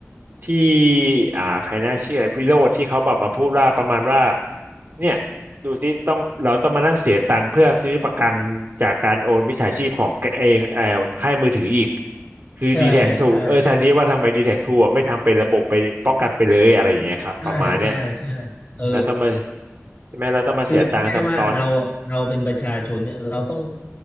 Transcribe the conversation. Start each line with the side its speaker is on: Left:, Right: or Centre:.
Right: ที่อ่าใครน่าเชื่อไอ้วิโรจน์ที่เขาแบบมาพูดว่าประมาณว่าเนี่ยดูซิต้องเราต้องมานั่งเสียตังค์เพื่อซื้อประกันจากการโอนมิจฉาชีพของไอไออค่ายมือถืออีกคือดีแท็กทูเออแทนที่ว่าทำไมดีแท็กทูไม่ทำเป็นระบบไปป้องกันไปเลยอะไรอย่างเงี้ยครับประมาณเนี้ย
Left: ใช่ใช่ ใช่ใช่ใช่เออ
Right: แล้วต้องมาใช่ไหมเราต้องมาเสียตังค์ซ้ำซ้อนอีก
Left: คือพูดง่ายว่าเราเราเป็นประชาชนเนี่ยเราต้อง